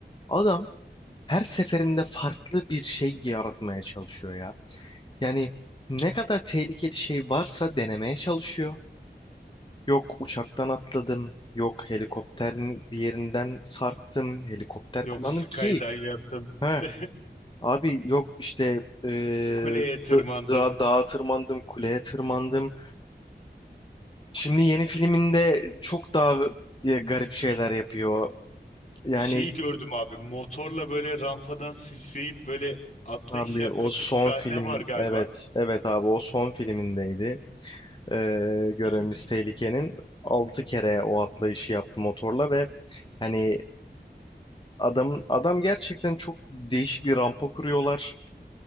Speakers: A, on the left; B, on the left.
A: adam her seferinde farklı bir şey yaratmaya çalışıyor ya. Yani ne kadar tehlikeli şey varsa denemeye çalışıyor. Yok uçaktan atladım, yok helikopterin bir yerinden sarktım, helikopter
B: Yok
A: kullandım
B: skydive
A: ki
B: yaptım.
A: ha
B: <laughs>
A: abi yok işte ee,
B: Kuleye tırmandım.
A: da- da- dağa tırmandım, kuleye tırmandım. Şimdi yeni filminde çok daha e, garip şeyler yapıyor. Yani
B: Şeyi gördüm abi. Motorla böyle rampadan sıçrayıp böyle atlayış
A: Abi
B: yaptığı
A: o son
B: bir sahne
A: film
B: var galiba.
A: evet evet abi o son filmindeydi. Ee, görevimiz
B: <laughs>
A: tehlikenin 6 kere o atlayışı yaptı motorla ve hani adam adam gerçekten çok değişik bir rampa kuruyorlar